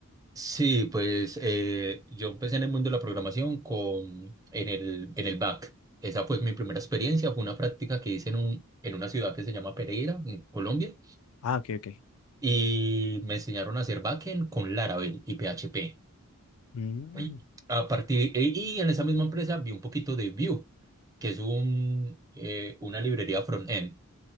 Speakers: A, on the right; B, on the left.
A: Sí, pues eh, yo empecé en el mundo de la programación con, en el, en el back. Esa fue mi primera experiencia, fue una práctica que hice en, un, en una ciudad que se llama Pereira, en Colombia.
B: Ah, ok, ok.
A: y me enseñaron a hacer backend con Laravel y PHP.
B: Mm,
A: Y a partir, e- y en esa misma empresa vi un poquito de Vue, que es un, eh, una librería front-end.